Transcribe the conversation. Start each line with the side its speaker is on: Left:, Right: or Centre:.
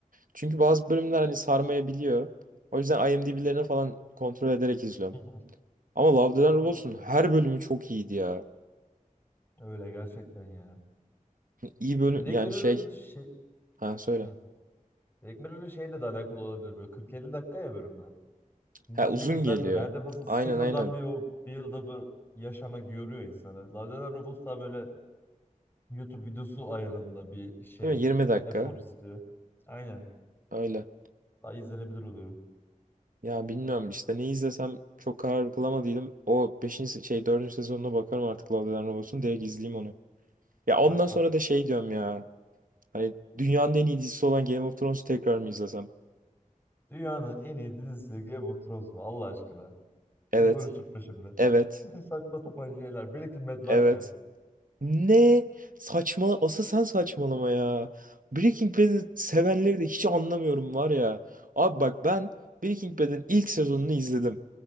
Right: Çünkü bazı bölümler hani sarmayabiliyor. O yüzden IMDb'lerini falan kontrol ederek izliyorum.
Left: <laughs>
Right: Ama Love, Death
Left: Mantıklı.
Right: and Robots'un her bölümü çok iyiydi ya.
Left: Öyle gerçekten ya.
Right: İyi bölüm
Left: Black
Right: yani
Left: Mirror'ın
Right: şey.
Left: şey
Right: Ha söyle.
Left: Hı. Black Mirror'ın şeyle de alakalı olabilir böyle 40-50 dakika ya bölümler. Bir
Right: Ha
Left: film
Right: uzun
Left: izler
Right: geliyor.
Left: gibi her defasında
Right: Aynen
Left: sıfırdan
Right: aynen.
Left: bir o bir yılda bu yaşamak yoruyor insanı. Love Death and Robots daha böyle YouTube videosu ayarında bir şey
Right: Değil mi? Yirmi dakika.
Left: e, efor istiyor. Aynen.
Right: Öyle.
Left: Daha izlenebilir oluyor.
Right: Ya bilmiyorum işte ne izlesem çok karar kılamadıydım. O 5. şey dördüncü sezonuna bakarım artık Love, Death and Robots'un. Direkt izleyeyim onu. Ya ondan
Left: Bak
Right: sonra
Left: bak.
Right: da şey diyorum ya. Hani dünyanın en iyi dizisi olan Game of Thrones'u tekrar mı izlesem?
Left: Dünyanın en iyi dizisi Game of Thrones mu? Allah aşkına.
Right: Evet.
Left: Beni konuşturtma şimdi.
Right: Evet.
Left: <laughs> Saçma sapan şeyler. Breaking Bad varken
Right: Evet. Ne saçma asıl sen saçmalama ya. Breaking Bad'i sevenleri de hiç anlamıyorum var ya. Abi bak ben Breaking Bad'in ilk sezonunu izledim.